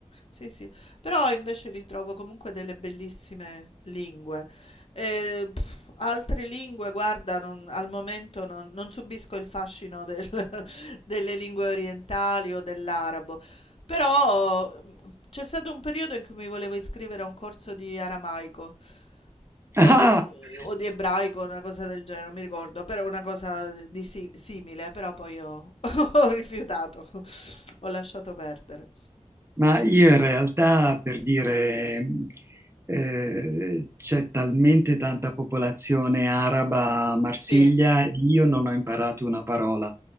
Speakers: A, on the left; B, on the right.
A: sì, sì. Però invece li trovo comunque delle bellissime lingue. Eh, pff, altre lingue, guarda, non- al momento non, non subisco il fascino del- <laughs> delle lingue orientali o dell'arabo. Però mm, c'è stato un periodo in cui mi volevo iscrivere a un corso di aramaico.
B: <laughs>
A: o di, o di ebraico, una cosa del genere, non mi ricordo, però una cosa di si- simile, però poi ho, <laughs> ho rifiutato, <laughs> ho lasciato perdere.
B: Ma io in realtà, per dire, eh, c'è talmente tanta popolazione araba a Marsiglia,
A: Sì,
B: io non ho imparato una parola.